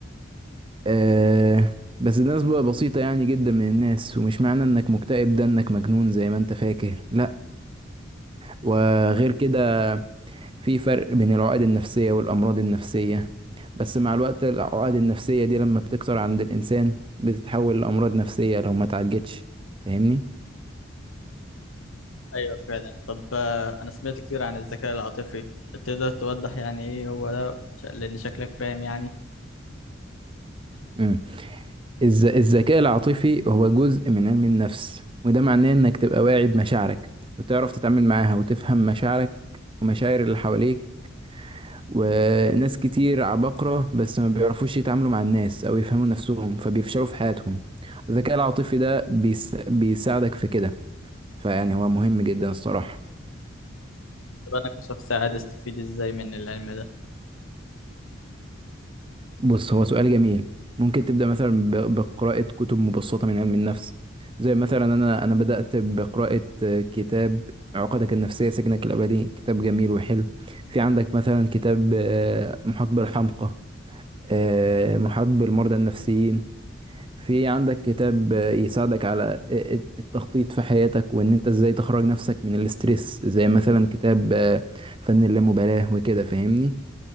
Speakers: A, on the right (about 25°); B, on the left (about 85°).
A: آه بس ده نسبة بسيطة يعني جدا من الناس ومش معنى إنك مكتئب ده إنك مجنون زي ما أنت فاكر لا وغير كده في فرق بين العقد النفسية والأمراض النفسية بس مع الوقت العقد النفسية دي لما بتكتر عند الإنسان بتتحول لأمراض نفسية لو ما اتعالجتش فاهمني؟
B: ايوه فعلا طب آه، انا سمعت كتير عن الذكاء العاطفي تقدر توضح يعني ايه هو ده ش- لان شكلك فاهم يعني
A: امم الز... الذكاء العاطفي هو جزء من علم النفس وده معناه إنك تبقى واعي بمشاعرك وتعرف تتعامل معاها وتفهم مشاعرك ومشاعر اللي حواليك وناس كتير عباقرة بس ما بيعرفوش يتعاملوا مع الناس أو يفهموا نفسهم فبيفشلوا في حياتهم والذكاء العاطفي ده بيس... بيساعدك في كده فيعني هو مهم جدا الصراحة
B: طب انا كشخص عادي استفيد ازاي من العلم ده
A: بص هو سؤال جميل ممكن تبدأ مثلا ب... بقراءة كتب مبسطة من علم النفس زي مثلا أنا أنا بدأت بقراءة آه، كتاب عقدك النفسية سجنك الأبدي كتاب جميل وحلو في عندك مثلا كتاب آه، محاط بالحمقى آه، محاط بالمرضى النفسيين في عندك كتاب يساعدك على التخطيط في حياتك وان انت ازاي تخرج نفسك من الاسترس زي مثلا كتاب فن اللامبالاة وكده فاهمني